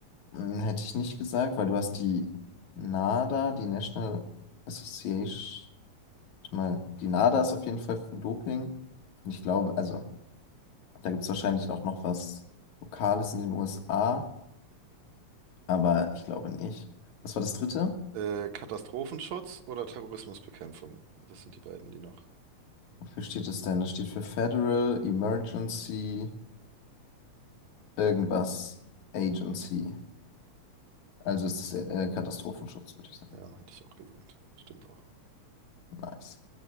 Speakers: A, on the left (about 80°); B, on the right (about 70°).
A: Hm, Hätte ich nicht gesagt, weil du hast die NADA, die National Association, warte mal, die NADA ist auf jeden Fall für Doping. Und ich glaube, also, da gibt es wahrscheinlich auch noch was Lokales in den USA, aber ich glaube nicht. Was war das dritte?
B: Äh, Katastrophenschutz oder Terrorismusbekämpfung? Das sind die beiden, die noch.
A: Wofür steht das denn? Das steht für Federal Emergency irgendwas Agency. Also ist das äh, Katastrophenschutz, würde ich sagen.
B: Ja, hatte ich auch gesagt. Stimmt auch.
A: Nice.